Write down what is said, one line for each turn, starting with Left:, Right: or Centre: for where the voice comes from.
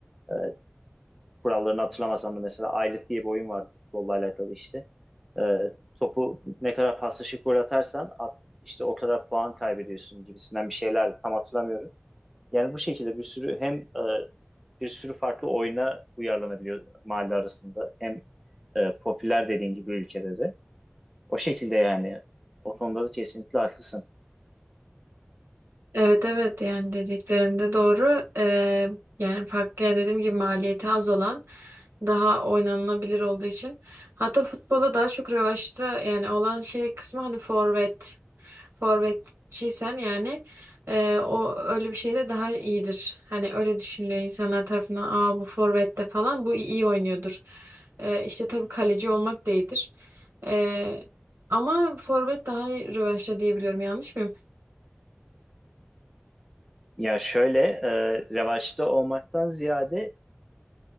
Centre: E, kurallarını hatırlamasam da mesela Aylık diye bir oyun vardı futbolla alakalı işte. E, topu ne kadar paslaşıp gol atarsan at, işte o kadar puan kaybediyorsun gibisinden bir şeyler tam hatırlamıyorum. Yani bu şekilde bir sürü hem e, bir sürü farklı oyuna uyarlanabiliyor mahalle arasında. Hem e, popüler dediğin gibi ülkede de. O şekilde yani. O konuda da kesinlikle haklısın.
Right: Evet evet yani dediklerinde doğru. Ee, yani farklı yani dediğim gibi maliyeti az olan daha oynanılabilir olduğu için. Hatta futbola daha çok revaçta yani olan şey kısmı hani forvet. Forvetçiysen yani e, o öyle bir şey de daha iyidir. Hani öyle düşünülüyor insanlar tarafından. Aa bu forvette falan bu iyi oynuyordur. Ee, işte tabii kaleci olmak da iyidir. Ee, ama forvet daha rövaşta diyebiliyorum yanlış mıyım?
Centre: Ya şöyle e, revaçta olmaktan ziyade